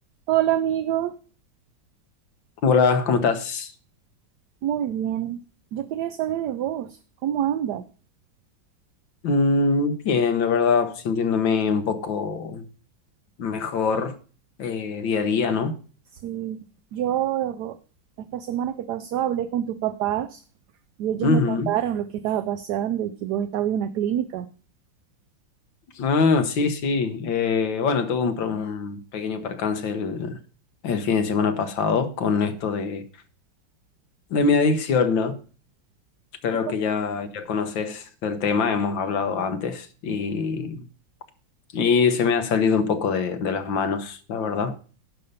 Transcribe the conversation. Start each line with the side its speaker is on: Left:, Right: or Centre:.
Right: Hola amigo,
Left: Hola, ¿cómo estás?
Right: muy bien. Yo quería saber de vos, ¿cómo andas?
Left: Mm, bien, la verdad, sintiéndome un poco mejor eh, día a día, ¿no?
Right: Sí, yo esta semana que pasó hablé con tus papás y ellos
Left: Ujú.
Right: me contaron lo que estaba pasando y que vos estabas en una clínica.
Left: Ah, sí, sí. Eh, bueno, tuve un, pro- un pequeño percance el, el fin de semana pasado con esto de, de mi adicción, ¿no? Creo
Right: Tu pa-
Left: que ya, ya conoces el tema, hemos hablado antes y, y se me ha salido un poco de, de las manos, la verdad.